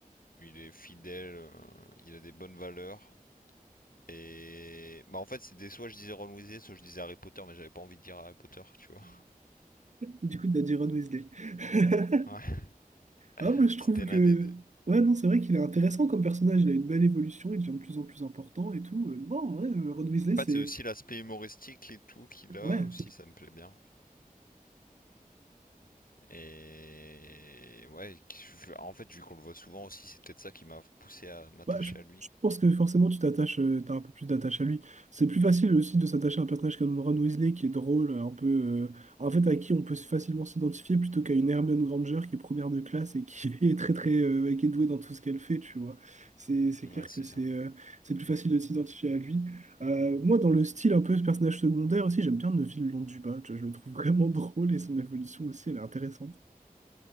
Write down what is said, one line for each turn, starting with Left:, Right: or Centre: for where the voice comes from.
Left: il est fidèle, euh, il a des bonnes valeurs. Et bah en fait c'était soit je disais Ron Weasley, soit je disais Harry Potter, mais j'avais pas envie de dire Harry Potter, tu vois.
Right: Du coup, t'as dit Ron Weasley. <laughs>
Left: Ouais, <laughs>
Right: Ah, moi, je trouve
Left: c'était
Right: que.
Left: l'un des deux.
Right: Ouais, non, c'est vrai qu'il est intéressant comme personnage. Il a une belle évolution, il devient de plus en plus important et tout. Euh, Non, ouais, euh, Ron Weasley, c'est.
Left: En fait c'est aussi l'aspect humoristique et tout qu'il a
Right: Ouais,
Left: aussi, ça me plaît bien. Et ouais, en fait vu qu'on le voit souvent aussi, c'est peut-être ça qui m'a poussé à m'attacher
Right: Bah, je,
Left: à lui.
Right: je pense que forcément tu t'attaches, euh, t'as un peu plus d'attache à lui. C'est plus facile aussi de s'attacher à un personnage comme Ron Weasley qui est drôle, euh, un peu, euh, en fait à qui on peut facilement s'identifier plutôt qu'à une Hermione Granger qui est première de classe et qui <laughs> est très très, euh, et qui est douée dans tout ce qu'elle fait, tu vois. C'est c'est clair
Left: Ouais, c'est
Right: que c'est
Left: ça.
Right: euh, c'est plus facile de s'identifier à lui. Euh, moi dans le style un peu ce personnage secondaire aussi, j'aime bien Neville Londubat, tu vois, je le trouve <laughs> vraiment drôle et son évolution aussi elle est intéressante.